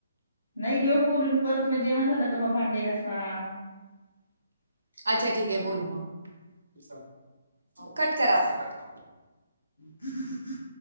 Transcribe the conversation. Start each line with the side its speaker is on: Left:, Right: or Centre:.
Left: नाही घेऊ बोलून परत मग जेवण झालं का मग भांडे कसा <inaudible>
Right: अच्छा ठीक आहे बोलू <inaudible> मग कट करता
Left: किती कि <inaudible>